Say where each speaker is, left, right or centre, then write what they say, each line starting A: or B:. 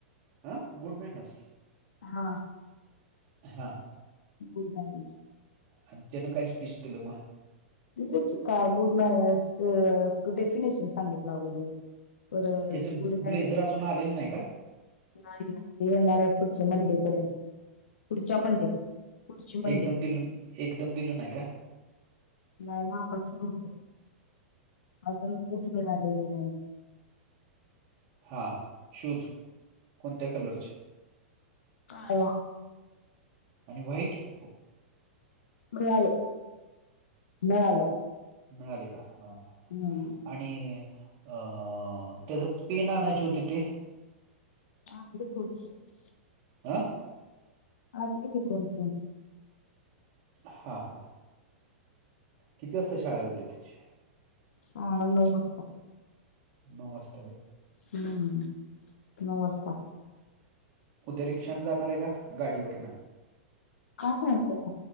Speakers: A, on the right; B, on the left.
A: हा गुड मेनस
B: हा
A: हा
B: गुड बॅलस
A: आणि त्यानं काय स्पीच दिलं मग
B: त का गुड मॅनर्स च डेफिनेशन सांगितलं अगोदर परत
A: त्याचं
B: गुड नाही
A: ब्लेझर अजून आलेलं नाही का
B: नाही ते येणार पुढच्या मंडे पर्यंत पुढच्या मंडे पुढची मंडे
A: एकदम दिलं एकदम दिलं नाही का?
B: नाही मापच नव्हतं अजून बुठ मिळालेले नाही
A: हा शूज कोणत्या कलरचे?
B: काळया
A: वाईट हो
B: मयाळी मळाले
A: मिळाले का हा
B: हम्
A: आणि अ त्याचा पेन आणायची होती ते
B: हाे कोलत
A: आं
B: आणली किथोलते
A: हा हा किती वाजता शाळा होते्या त्याची
B: हा नऊ वाजता
A: नमस्ते
B: हम्म नमस्कार
A: उद्या रिक्षा जाणार आहे का गाडीवरन
B: काय माहीत आता